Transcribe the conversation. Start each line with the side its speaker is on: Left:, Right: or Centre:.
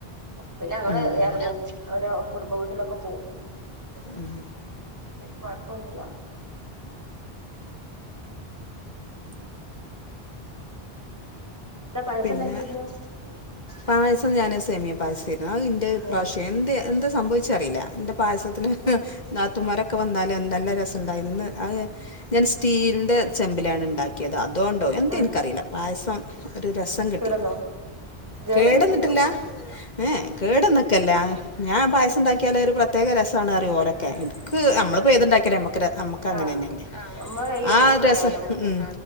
Right: പിന്നെ ഞങ്ങള്
Left: ഉം
Right: എറങ്ങും ഓരോ കുടുംബ വീട്ടിലൊക്കെ
Left: ഉം
Right: ത് കൊഴപൊന്നുല്ല രസണ്ടാക്കിയിരുന്നു
Left: പിന്നെ പായസം ഞാന് സെമിയം പായസെരുന്നു അഹ് ഇന്റെത് ഇപ്രാവശ്യം
Right: ഓ
Left: എന്ത് എന്താ സംഭവിച്ചെ ച്ചറീല ഇന്റെ പായസത്തിന്
Right: ഉം
Left: നാത്തുമാര് ക്കെ വന്നാല് എന്തെല്ലാം രസണ്ടായിരിന്ന് ഇന്ന് അഹ് ഞാൻ സ്റ്റീലിന്റെ ചെമ്പിലാണ് ഇണ്ടാ കിയത അതുകൊണ്ടോ എന്താ
Right: ആ
Left: ഇൻക്കറീല പായസം ഒരു രസം കിട്ടീല
Right: കേടന്നോ കേടൊന്നുല്ലല്ലോ
Left: കേട്ന്നിട്ടില്ല ഏഹ് കേട്ന്ന്
Right: ഉം
Left: ക്കെല്ല ഞാൻ പായസം ഇണ്ടാക്കിയാല് ഒരു പ്രത്യേക രസാണ്റിയും ഓലൊക്കെ ക്ക് നമ്മള്
Right: ആ
Left: പ്പേത്ണ്ടാക്കിയാലും നമ്മക്ക് അങ്ങനെന്നെല്ലേ
Right: ആ നമ്മളെ കയ്യല്ല
Left: ആഹ്
Right: രസണ്ടാവൂല
Left: രസം
Right: നമ്മക്ക്
Left: ഉം